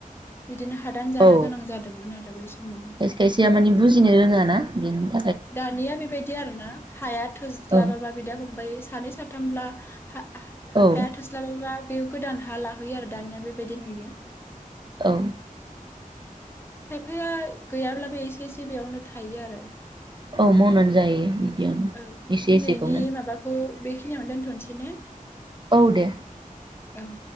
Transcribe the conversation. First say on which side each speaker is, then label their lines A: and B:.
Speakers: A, on the left; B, on the right.
A: बिदिनो हादान जानो
B: औ
A: गोनां जादोंमोन। आरो बै समाव
B: खायसे खायसेया माने बुजिनो रोङाना। <inaudible>
A: दानिया बेबायदि आरोना हाया थोस्लाबाबा
B: औ
A: बिदा फंबाइ सानै साथामब्ला। हा
B: औ
A: हाया थोस्लाबाबा। बे गोदान हा लाहैयो आरो दानिया बेबायदि नुयो।
B: औ।
A: खायफाया गैयाब्लाबो एसे एसे बेयावनो थायो आरो।
B: औ मावनानै जायो। बिदियावनो
A: औ
B: एसे
A: दिनैनि
B: एसेखौनो
A: माबाखौ बेखिनियावनो दोनथ'नोसै ने?
B: औ दे।
A: औ